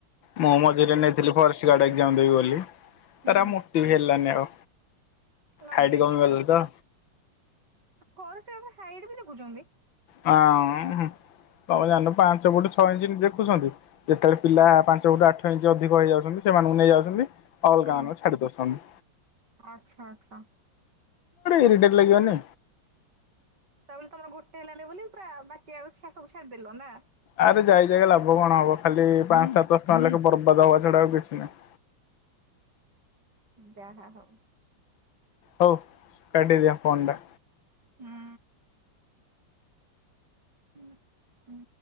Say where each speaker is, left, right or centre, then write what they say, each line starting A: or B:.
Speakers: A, on the left; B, on the right.
A: ମୁଁ ମଝିରେ ନେଇଥିଲି ଫରେଷ୍ଟ ଗାର୍ଡ ଏଜାମ ଦେବି ବୋଲି,
B: ହୁଁ
A: ତାରା ମୋଟିବି ହେଲାନି ଆଉ
B: ଲଜ୍ଜା
A: ହାଇଟି କମି ଗଲା ତ
B: ହର <inaudible> ସେ ହାଇଟ ବି ଦେଖୁଛନ୍ତି
A: ହଁ ତମ ଜାଣିନ ପାଞ୍ଚ ଫୁଟ ଛଅ ଇଞ୍ଚ ଦେଖୁଛନ୍ତି, ଯେତେବେଳେ ପିଲା ପାଞ୍ଚଟୁ ଆଠ ଇଞ୍ଚ ଅଧିକ ହେଇଯାଉଛନ୍ତି ସେମାନଙ୍କୁ ନେଇଯାଉଛନ୍ତି। ଅଲଗା
B: ହଁ
A: ମାନଙ୍କୁ ଛାଡି ଦଉଛନ୍ତି
B: ଆଚ୍ଛା ଆଚ୍ଛା
A: ଇଡିଟେଟ ଲାଗିବନି,
B: ତାପ ତମର ଗୋଟେ ହେଲାନି ବୋଲି ପୁରା ବାକି ଆଉ ଛାଡ଼ି, ସବୁ ଛାଡିଦେଲ ନା,
A: ଆରେ ଯାଇ ଯାଇ ଲାଭ କଣ ହବ ଖାଲି ପାଞ୍ଚ ସାତ ଶହ ଟଙ୍କା ଲାଖେ ବର୍ବାଦ ହବା ଛଡା ଆଉ କିଛି ନାହିଁ।
B: ଯାଆ ହଉ
A: ହଉ କାଟି ଦିଅ ଫୋନ ଟା
B: ହୁଁ ହୁଁ ହୁଁ